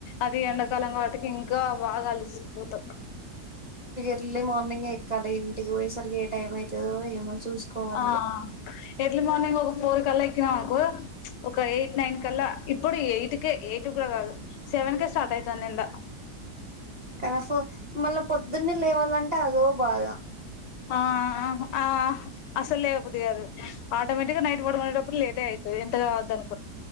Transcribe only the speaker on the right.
ఎల్ లీ మార్ నింగే ఎక్కాలి ఇంటిక్ పోయేసరికి ఏ టైం అయితదో ఏమో చూసుకోవాలి
ఇగ
కన ఫో మళ్ళ పొద్దున్నే లేవాలంట అదో బాధ